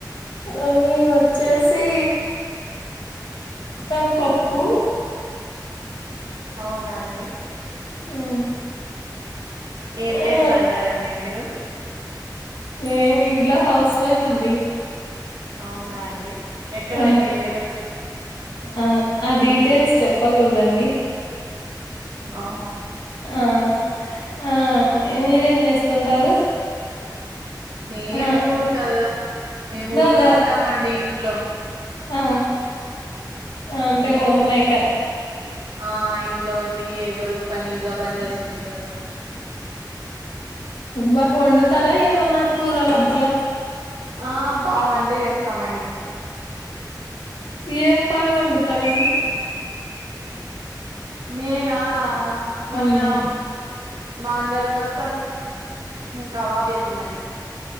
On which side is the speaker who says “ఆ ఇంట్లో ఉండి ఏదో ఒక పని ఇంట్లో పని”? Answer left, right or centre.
Right